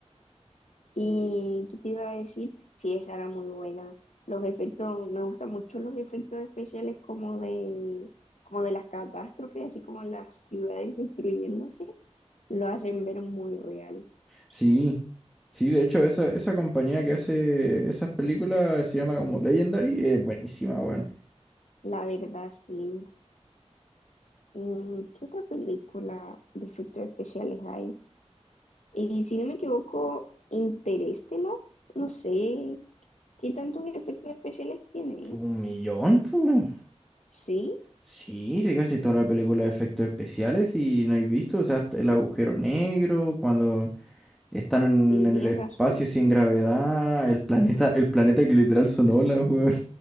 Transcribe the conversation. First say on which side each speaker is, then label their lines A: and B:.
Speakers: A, on the left; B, in the centre.
A: ¿Y qué te iba a decir? Sí, esa era muy buena. Los efectos, me gustan mucho los efectos especiales como de, como de las catástrofes, así como las ciudades destruyéndose, lo hacen ver muy real.
B: Sí, sí, de hecho, esa, esa compañía que hace esas películas se llama como Legendary. Es buenísima, weón.
A: La verdad, sí. Mm, ¿Qué otra película de efectos especiales hay? Y si no me equivoco, Interestelar, no sé qué tantos efectos especiales tiene. eh?
B: Un millón, pu.
A: Sí,
B: Sí, sí, casi toda la película de efectos especiales y no he visto, o sea, hasta el agujero negro, cuando están en,
A: sí,
B: en
A: tienes
B: el espacio
A: razón.
B: sin gravedad, el planeta, el planeta que literal son olas, weón.